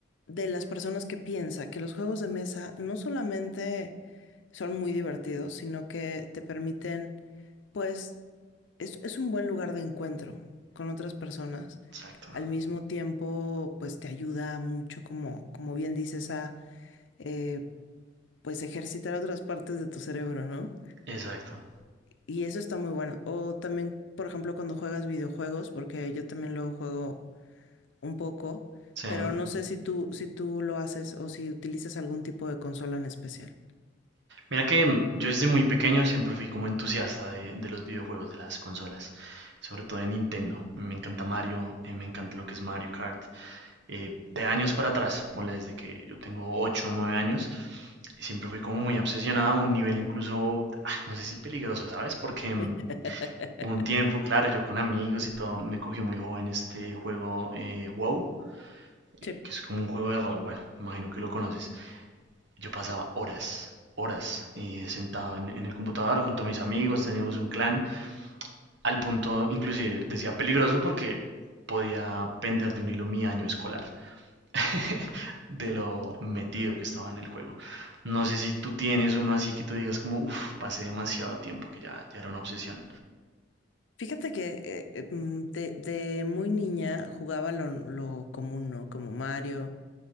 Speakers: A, on the left (about 70°); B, on the right (about 65°).
A: de las personas que piensa que los juegos de mesa no solamente son muy divertidos, sino que te permiten, pues, es, es un buen lugar de encuentro con otras personas.
B: Exacto.
A: Al mismo tiempo, pues te ayuda mucho, como, como bien dices, a, eh, pues, ejercitar otras partes de tu cerebro, ¿no?
B: Exacto.
A: Y eso está muy bueno. O también, por ejemplo, cuando juegas videojuegos, porque yo también lo juego un poco,
B: Sí.
A: pero no sé si tú, si tú lo haces o si utilizas algún tipo de consola en especial.
B: Mira que mm, yo desde muy pequeño siempre fui como entusiasta de, de los videojuegos, de las consolas, sobre todo de Nintendo. Me encanta Mario, eh, me encanta lo que es Mario Kart. eh, de años para atrás, ponle desde que yo tengo 8 o 9 años, siempre fui como muy obsesionado a un nivel incluso, ah, no sé si peligroso, ¿sabes? Porque mm,
A: <laughs>
B: hubo un tiempo, claro, yo con amigos y todo, me cogió muy joven este juego eh, WoW, eh,
A: Sí.
B: que es como un juego de rol, bueno, me imagino que lo conoces. Yo pasaba horas, horas eh, sentado en, en el computador junto a mis amigos, teníamos un clan, al punto, inclusive decía peligroso porque podía pender de un hilo mi año escolar, <laughs> de lo metido que estaba en el juego. No sé si tú tienes uno así que tú digas como, uff, pasé demasiado tiempo, que ya, ya era una obsesión.
A: Fíjate que eh, eh, mm, de, de muy niña jugaba lo, lo común, ¿no? Como Mario,